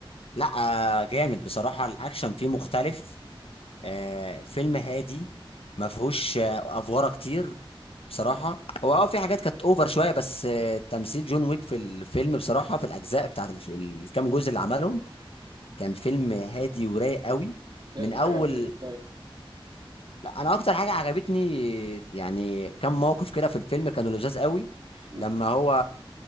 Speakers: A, on the left (about 80°); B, on the right (about 50°).
A: لا آه، جامد بصراحة الأكشن فيه مختلف آه، فيلم هادي ما فيهوش آه، أفوارة كتير بصراحة هو اه في حاجات كانت أوفر شوية بس آه، تمثيل جون ويك في الفيلم بصراحة في الأجزاء بتاعت الف- الكام جزء اللي عملهم كان فيلم هادي ورايق قوي
B: ايه
A: من
B: اكتر
A: أول
B: حاجه عجبتك طيب
A: لا انا اكتر حاجه عجبتني يعني كم موقف كده في الفيلم كانوا لذاذ قوي
B: امم
A: لما هو